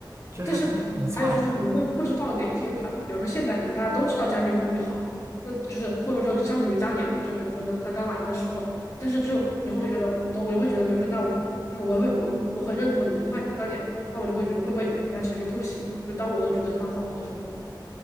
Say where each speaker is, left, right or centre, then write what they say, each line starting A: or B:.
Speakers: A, on the right; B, on the left.
A: 就是割韭菜。
B: 但是还有就是可能会不知道哪天垮掉，比如说现在可能大家都知道加密货币好，那就是或者说相比于当年嘛，就比如说呢，他刚来的时候，但是就你会觉得，我就会觉得，比如说那我就是我会我我很认同你的观观点嘛，那我就会觉得会不会有一天它其实就不行了，就当我都觉得它好的时候，